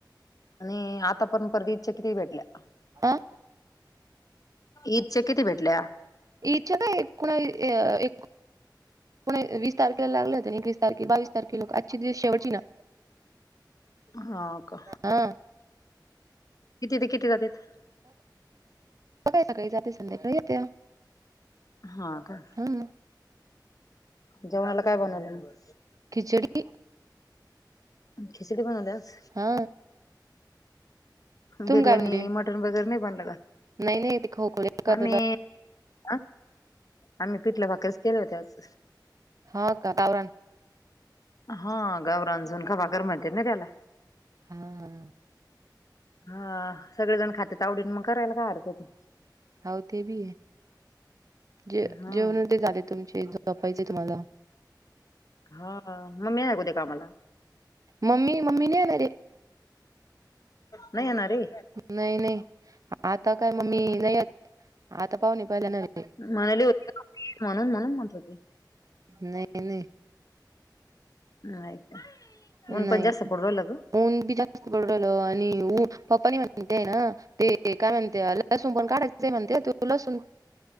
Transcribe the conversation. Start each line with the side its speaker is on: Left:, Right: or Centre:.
Left: आणि आंता पणं ईद च्यां किती भेटल्यां.
Right: हा
Left: ईदच्यां किती भेटल्यां?
Right: ईद त्यां एक, को वीस तारखेला लागलंत नां एकवीस तारखे बावीस तारखे लोकं आंजची शेवटी नां.
Left: हा का?
Right: हा
Left: किती ते किती जात्यात?
Right: सकाळी सकाळी जात्यात संध्याकाळी येते.
Left: हा काय?
Right: हम्.
Left: जेवणाला काय बनवल मग?
Right: खिचडी
Left: खिचडी बनवल्या आज.
Right: हा तुम
Left: बिर्याणी,
Right: काय म्हणले
Left: मटन वगैरे नाही बनला का?
Right: नाही नाही ते खोकले का
Left: आम्ही
Right: तुला
Left: हा आम्ही पिठला भाकरीेच केले होत आज.
Right: हा का? का बरं.
Left: हा गावरान झुणका भाकर म्हणत्या ना त्याला.
Right: हम्.
Left: हा, सगळे जण खाते आवडीन मग करायला का हरकं ते.
Right: हो ते बी आहे. जे
Left: हा
Right: जेवण ते झाले तुमचे ज पाहिजे तुम्हाला.
Left: हा मम्मी लागू दे कामाला.
Right: मम्मी मम्मी नाही येणारे.
Left: नाही येणार रे
Right: नाही नाही. आता काय ममी नाही येत. आता पाहुणे पाहिल्या नसते.
Left: म्हणाले होते म्हणून म्हणून म्हणत होते.
Right: नाही नाही.
Left: नाही.
Right: नाही.
Left: ऊन पण जास्त पडू राहिलं ग
Right: ऊन बी जास्त बडल आणि पप्पानी म्हणतेय ना. ते काय म्हणते लसूण पण काढायचं ते म्हणते त लसूण